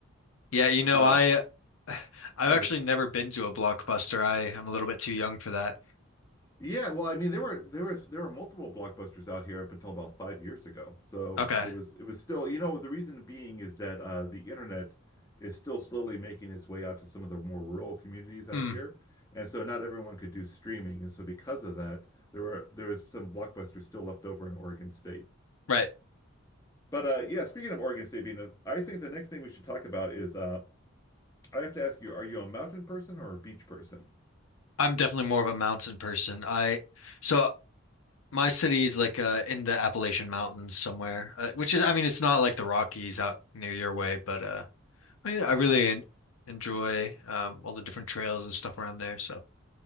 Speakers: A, on the left; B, on the left.
A: Yeah, you know,
B: Uh,
A: I uh, I've
B: go
A: actually
B: ahead.
A: never been to a blockbuster. I am a little bit too young for that.
B: Yeah, well, I mean, there were there were there were multiple blockbusters out here up until about five years ago. So
A: Okay.
B: it was it was still, you know, the reason being is that uh, the internet is still slowly making its way out to some of the more rural communities out
A: Mm,
B: here, and so not everyone could do streaming, and so because of that, there were there was some blockbusters still left over in Oregon State.
A: right.
B: But uh, yeah, speaking of Oregon State being, a, I think the next thing we should talk about is uh, I have to ask you, are you a mountain person or a beach person?
A: I'm definitely more of a mountain person. I so My city's like uh in the Appalachian Mountains somewhere, uh, which is I mean it's not like the Rockies out near your way, but uh I mean, I really en enjoy um all the different trails and stuff around there. So